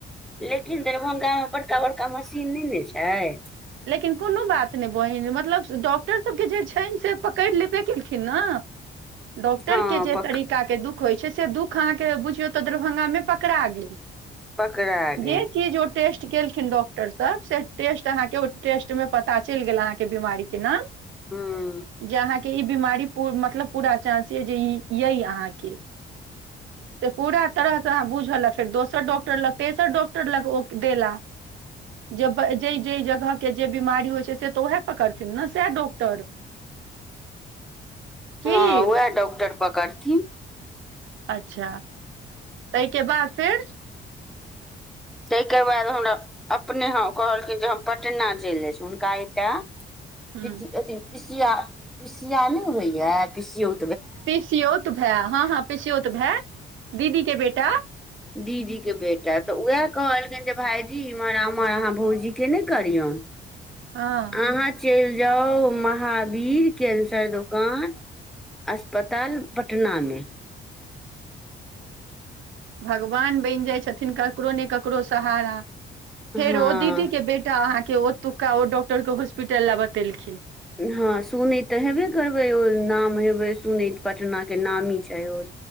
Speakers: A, in the centre; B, on the right.
A: लेकिन दरभंगा मे बड़का बड़का मशीन नहि ने छै
B: लेकिन कोनो बात नहि बहीन मतलब डॉक्टर सभके जे छनि से पकड़ि लेबे केलखिन ने डॉक्टर
A: हँ
B: के जे
A: पक
B: तरीका के दुःख दुख होइ छै से दुःख अहाँके बुझियौ तऽ दरभंगामे पकड़ा गेल
A: पकड़ा ह गेल
B: जे चीज ओ टेस्ट केलखिन डॉक्टर स टेस्ट अहाँ के टेस्ट मे पता चलि गेल अहाँक बीमारी के नाम
A: हूँ
B: जहाँके ई बीमारी मतलब पूरा चानंस य जे य अहाँके
A: ह
B: से पूरा तरहसे अहाँ बुझल फेर दोसर डॉक्टर लग तेसर डॉक्टर लग ओ देला जे जाहि जाहि जगहके जे बिमारी होइ छै से तऽ उएह पकड़थिन ने सएह डॉक्टर
A: हाँ
B: की
A: उएह डॉक्टर पकड़थिन
B: अच्छा तहिके बाद फेर
A: तहि के बाद हमरा अपने ह कहलखिन जे हम पटना चलि जाय छी हुनका एक टा
B: ह
A: पीसिया पीसिया नहि होइ या पीसियो
B: पीसियोत भाए हाँ हाँ पसियोत भाए दीदी के बेटा
A: दीदीके बेटा तऽ उएह कहलखनि जे भाईजी इम्हर अमर अहाँ भौजीके नहि करियौन
B: हाँ
A: अहाँ चलि जाउ महावीर कैंसर दोकान अस्पताल पटनामे
B: भगवान बनि जाइ छथिन ककरो ने ककरो सहारा
A: हँ
B: फेर ओ दीदी के बेटा अहाँके ओतुका ओ डॉक्टर के हॉस्पिटल लए बतेलखिन
A: हाँ सुनैत तऽ हेबे करबै ओ नाम हेबै सुनैत पटनाके नामी छै ओ